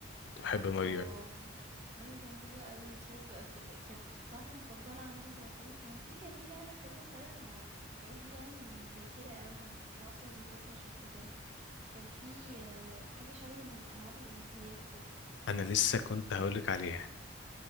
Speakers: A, on the left; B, on the right.
A: كنت بحب ماريو
B: آه،
A: أوي.
B: ماريو كان حلو أوي، بس هو بتبقى ك كانت بصراحة مفضلة عندي بتاعة صيد الحيوان. في كمان لعبة كده سارية المو الحاجات دي يعني من الذاكرة أوي، أنا ب باعصر ذاكرتي عشان أفتكرها. بس كان في آه، حاجة شبه الألعاب الأولمبياد كده.
A: انا لسه كنت هقولك عليها